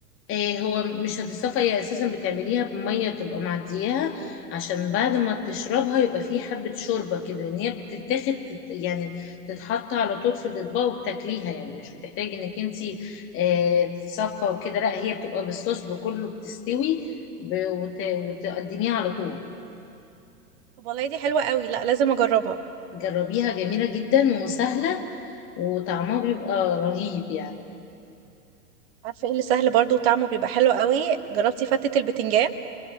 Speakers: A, on the left; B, on the right.
A: إيه هو مش هتصفى هي اساسا بتعمليها بميه تبقى معدياها عشان بعد ما تشربها يبقى فيه حبه شوربه كده لان هي بتتاخد تت يعني تتحط على طول في الاطباق وبتاكليها يعني مش بتحتاجي انك انتي إيه تصفى وكده لا هي بتبقى بالصوص بكله بتستوي ب- وت وتقدميها على طول
B: طب والله دي حلوة قوي لا لازم اجربها
A: جربيها جميله جدا وسهله وطعمها بيبقى رهيب يعني
B: عارفة ايه اللي سهل برضو وطعمه بيبقى حلو قوي جربتي فتة البتنجان